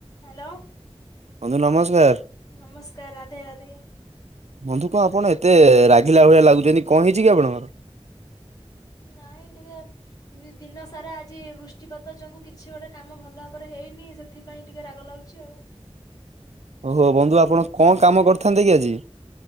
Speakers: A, on the left; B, on the right.
A: ହାଲୋ।
B: ବନ୍ଧୁ ନମସ୍କାର।
A: ନମସ୍କାର ରାଧେ ରାଧେ।
B: ବନ୍ଧୁ କଁ ଆପଣ ଏତେ ରାଗିଲା ଭଳିଆ ଲାଗୁଛନ୍ତି କଁ ହେଇଛି କି ଆପଣଙ୍କର।
A: ନାଇଁ ଟିକେ। ଦି ଦିନ ସାରା ଆଜି ବୃଷ୍ଟିପାତ ଯୋଗୁଁ କିଛି ଗୋଟେ କାମ ଭଲ ଭାବରେ ହେଇନି ସେଥି। ଥି ପାଇଁ ଟିକେ ରାଗ ଲାଗୁଛି ଆଉ।
B: ଓହୋ ବନ୍ଧୁ ଆପଣ କଁ କାମ କରିଥାନ୍ତେ କି ଆଜି।